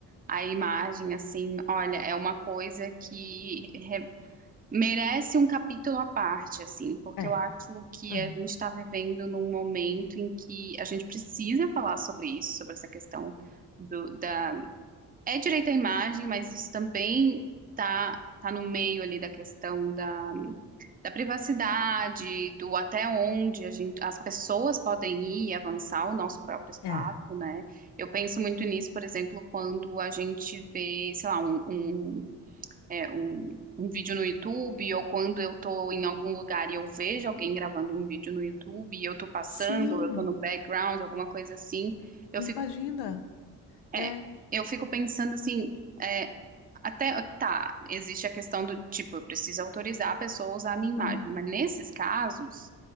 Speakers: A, on the right; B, on the left.
A: à imagem, assim, olha, é uma coisa que re- merece um capítulo à parte, assim, porque
B: É,
A: eu acho que
B: aham,
A: a gente está vivendo num momento em que a gente precisa falar sobre isso, sobre essa questão do, da. É direito à imagem, mas isso também tá, tá no meio ali da questão da privacidade, do até onde a gente, as pessoas podem ir e avançar o nosso próprio espaço,
B: é, é.
A: né? Eu penso muito nisso, por exemplo, quando a gente vê, sei lá, um, um, é, um, um vídeo no YouTube, ou quando eu tô em algum lugar e eu vejo alguém gravando um vídeo no YouTube, e eu tô passando,
B: Sim,
A: ou eu tô no background, alguma coisa assim, eu
B: imagina.
A: fico,
B: É,
A: é, eu fico pensando assim. é, até, tá, existe a questão do tipo, eu preciso autorizar a pessoa a usar a minha imagem,
B: aham,
A: mas nesses casos,